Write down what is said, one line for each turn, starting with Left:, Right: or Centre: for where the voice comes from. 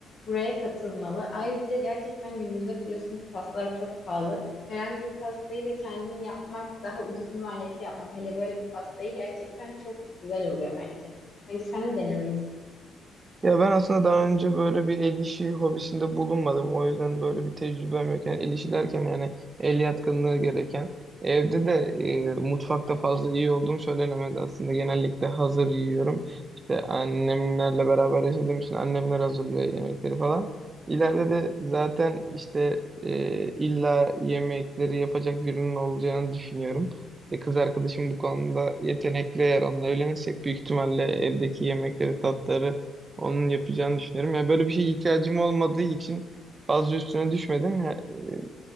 Left: buraya katılmalı. Ayrıca gerçekten günümüzde biliyorsun ki pastalar çok pahalı. Herhangi bir pastayı da kendin yapmak daha ucuz bir maliyeti yapmak. Hele böyle bir pastayı gerçekten çok güzel oluyor bence. Bence sen de denemelisin.
Right: Ya ben aslında daha önce böyle bir el işi hobisinde bulunmadım. O yüzden böyle bir tecrübem yok. Yani el işi derken yani el yatkınlığı gereken. Evde de e, mutfakta fazla iyi olduğum söylenemez aslında. Genellikle hazır yiyorum. İşte annemlerle beraber yaşadığım için annemler hazırlıyor yemekleri falan. İleride de zaten işte e, illa yemekleri yapacak birinin olacağını düşünüyorum. E, kız arkadaşım bu konuda yetenekli eğer onunla evlenirsek büyük ihtimalle evdeki yemekleri, tatları onun yapacağını düşünüyorum. Ya böyle bir şeye ihtiyacım olmadığı için fazla üstüne düşmedim. Ya, e,